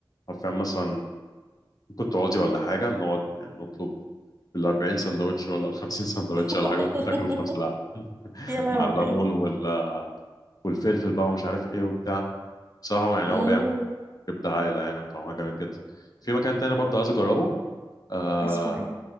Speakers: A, on the left (about 45°); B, on the right (about 25°).
A: حرفيا مثلا ممكن تقعدي ولا حاجه نقعد يعني نطلب ال 40 سندوتش ولا ال 50 سندوتش
B: <laughs>
A: ولا حاجه بتاكلوا في نفس الوقت <laughs>
B: يا لهوي
A: مع الليمون وال... والفلفل بقى ومش عارف ايه وبتاع بصراحه يعني
B: مم.
A: هو بيعمل كبده عايله يعني وطعمها جامد جدا في مكان تاني برضه عايز اجربه آه،
B: اسمه ايه